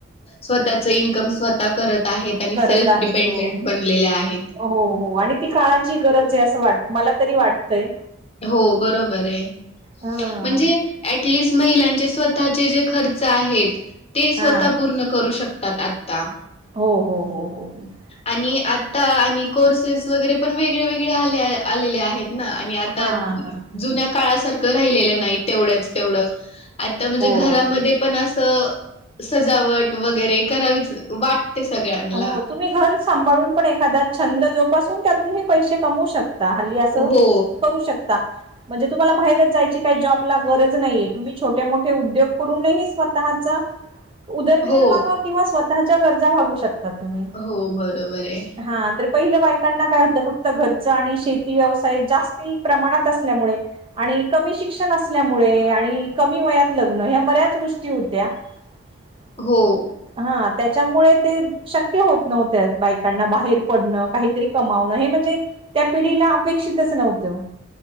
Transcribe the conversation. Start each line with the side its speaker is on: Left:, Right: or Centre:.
Left: स्वतःच इन्कम स्वतः करत आहेत. त्यांनी
Right: करत
Left: सेल्फ
Right: आहेत
Left: डिपेंडंट
Right: हो
Left: बनलेल्या आहेत.
Right: हो हो आणि ती काळाची गरज आहे असं वाट मला तरी वाटतंय.
Left: हो बरोबर आहे
Right: हा
Left: म्हणजे ऍटलिस्ट महिलांचे स्वतःचे जे खर्च आहेत ते स्वतः
Right: हा
Left: पूर्ण करू शकत तात आत्ता
Right: हो हो हो हो. हो
Left: आणि आत्ता आणि कोर्सेस वगैरे पण वेगळे वेगळे आलेले आहेत. ना आणि आता
Right: हा
Left: जुन्या काळासारखं राहिलेलं नाहीत. तेवढ्याच तेवढं आत्ता म्हणजे
Right: हो
Left: घरामध्ये पण असं सजावट वगैरे करावीच वाटते सगळ्यांना
Right: हो तुम्ही घर सांभाळून पण एखादा छंद जोपासून त्यातूनही पैसे कमवू शक हल्ली असं
Left: हो.
Right: करू शकता. म्हणजे तुम्हाला बाहेरच जायची काही जॉब ला गरज नाही. तुम्ही छोटे -मोठे उद्योग करूनही स्वतःचा <unintelligible> उदरनिर्वाह
Left: हो
Right: किंवा स्वतःच्या गरजा भागवू शकता तुम्ही,
Left: हो बरोबर आहे
Right: हा तर पहिलं बायकांना काय होतं फक्त घरचं आणि शेती व्यवसाय जास्ती प्रमाणात असल्यामुळे आणि कमी शिक्षण असल्यामुळे आणि कमी वयात लग्न, ह्या बऱ्याच गोष्टी होत्या. <unintelligible>
Left: हो.
Right: हा त्याच्यामुळे ते शक्य होत नव्हत्या बायकांना बाहेर पडणं काहीतरी कमावणं हे म्हणजे त्या पिढीला अपेक्षितच नव्हतं.